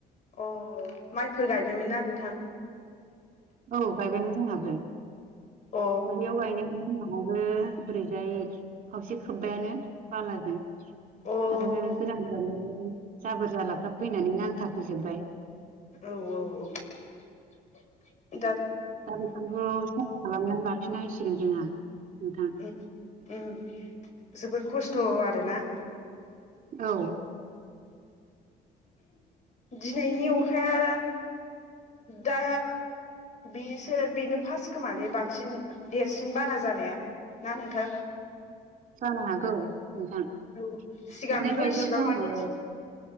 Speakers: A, on the left; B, on the right.
A: अ माइफोर गायबायमोन ना नोंथां
B: औ गायबायमोन जोंहाबो
A: अ
B: दा बेयाव गायनायानो बिमाबाबो ओरैजाय खावसे खोब्बायानो बालाजों
A: औ
B: आरो गोजान गोजाननि जाबोर जालाफ्रा फैनानै नांथाफैजोबबाय
A: औ औ औ।
B: दा बेफोरखौनोथ' साफा खालामनानै लाफिननांसिगोन जोंहा नोंथां
A: उम उम जोबोर खस्थ' आरोना।
B: औ।
A: दिनैनि अखाया दा बेसो बेनो फास्ट खोमालै बांसिन देरसिन बारा जानाया ना नोंथां?
B: जानो हागौ नोंथां नुनाय
A: औ सिगांथ'
B: बायदियावथ'
A: इसिबां मानि
B: आंबो